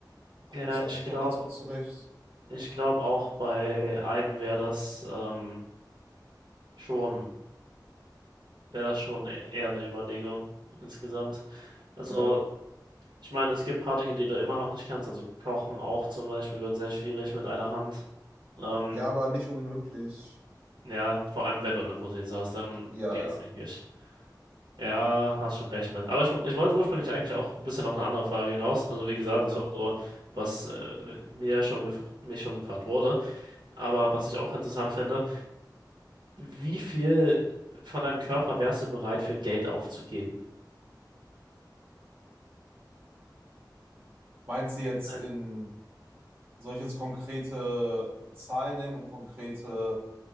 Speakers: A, on the right; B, on the right.
A: kommst
B: Ja,
A: du
B: ich
A: eigentlich
B: glaube,
A: noch ganz gut zurecht.
B: ich glaube auch bei einem wäre das ähm, schon. wäre das schon e-, eher eine Überlegung insgesamt. Also,
A: Ja.
B: ich meine, es gibt ein paar Dinge, die du immer noch nicht kannst. Also Kochen auch zum Beispiel wird sehr schwierig mit einer Hand. Ähm,
A: Ja, aber nicht unmöglich.
B: ja, vor allem wenn du eine Prothese hast, dann
A: Ja,
B: geht's,
A: ja,
B: denke ich. Ja, hast schon recht mit. Aber ich, ich wollte ursprünglich eigentlich auch ein bisschen auf eine andere Frage hinaus. Also wie gesagt,
A: ja.
B: das war so, was äh, mir schon gef mich schon gefragt wurde. Aber was ich auch interessant finde, wie viel von deinem Körper wärst du bereit für Geld aufzugeben?
A: Meinst du jetzt
B: Nein.
A: in, soll ich jetzt konkrete Zahlen nennen und konkrete